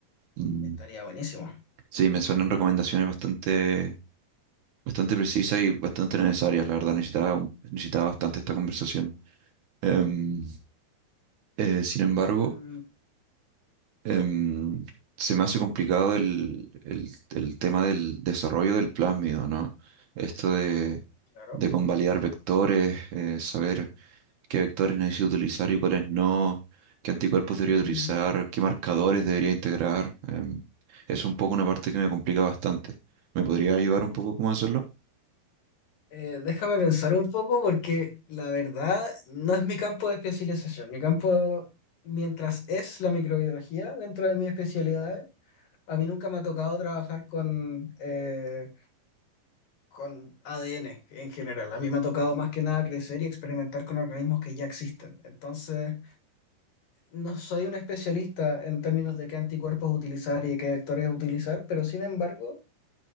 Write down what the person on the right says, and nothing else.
Mm,
Sí, me suenan recomendaciones bastante, bastante precisas y bastante necesarias. La verdad, necesitaba, un- necesitaba bastante esta conversación. Em, eh, sin embargo...
em, se me hace complicado el, el- el tema del desarrollo del plásmido, ¿no? Esto de,
de convalidar vectores, eh, saber qué vectores necesito utilizar y cuáles no, qué anticuerpos debería utilizar,
qué marcadores debería integrar. em, es un poco una parte que me complica bastante. ¿Me podría ayudar
un poco cómo hacerlo?